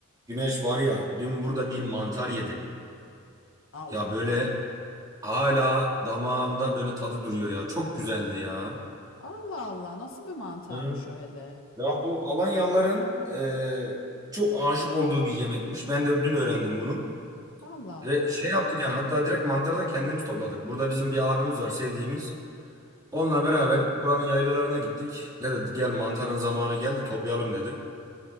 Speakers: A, on the right; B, on the left.
A: Güneş var ya dün burada bir mantar yedim.
B: Allah
A: Ya böyle
B: Allah.
A: hala damağımda böyle tadı duruyor ya. Çok güzeldi ya.
B: Allah Allah. Nasıl bir mantarmış
A: Hı.
B: o hele?
A: Ya bu Alanyalıların e, çok aşık olduğu bir yemekmiş. Ben de dün öğrendim bunu.
B: Allah Allah.
A: Ve şey yaptık yani hatta direkt mantarı da kendimiz topladık. Burada bizim bir abimiz var sevdiğimiz. Onunla beraber buranın yaylalarına gittik. Dedi gel mantarın zamanı geldi toplayalım dedi.